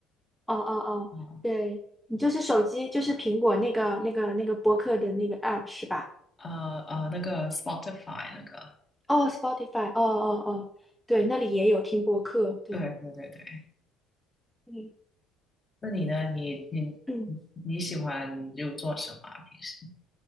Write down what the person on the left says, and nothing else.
啊
啊呃，那个 Spotify 那个，
对对对对。
那你呢？你你
你喜欢就做什么啊？平时